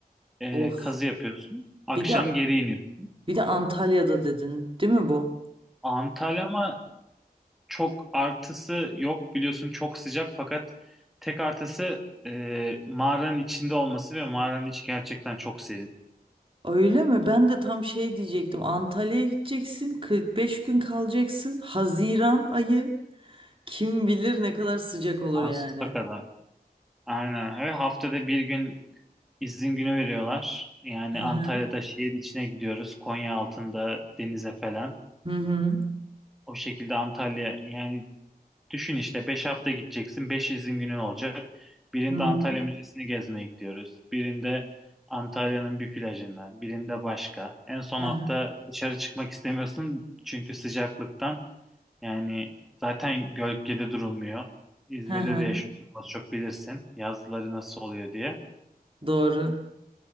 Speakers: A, in the centre; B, on the right.
A: e,
B: Of.
A: kazı yapıyorsun. Akşam
B: Bir de
A: geri iniyorsun.
B: bir de Antalya'da dedin, değil mi bu?
A: Antalya ama çok artısı yok biliyorsun çok sıcak fakat tek artısı e, mağaranın içinde olması ve mağaranın içi gerçekten çok serin.
B: Öyle mi? Ben de tam şey diyecektim. Antalya'ya gideceksin, 45 gün kalacaksın. Haziran ayı kim bilir ne kadar sıcak olur
A: Ağustos'a
B: yani.
A: kadar. Aynen. Ve haftada bir gün izin günü veriyorlar. Yani
B: Hı
A: Antalya'da
B: hı.
A: şehir içine gidiyoruz. Konya altında denize falan.
B: Hı hı.
A: O şekilde Antalya yani Düşün işte 5 hafta gideceksin. 5 izin günün olacak. Birinde
B: Hı hı.
A: Antalya Müzesi'ni gezmeye gidiyoruz. Birinde Antalya'nın bir plajına. Birinde başka. En son
B: Hı
A: hafta
B: hı.
A: dışarı çıkmak istemiyorsun. Çünkü sıcaklıktan yani zaten gölgede durulmuyor. İzmir'de
B: Hı hı.
A: de yaşıyorsun. Az çok bilirsin. Yazları nasıl oluyor diye.
B: Doğru.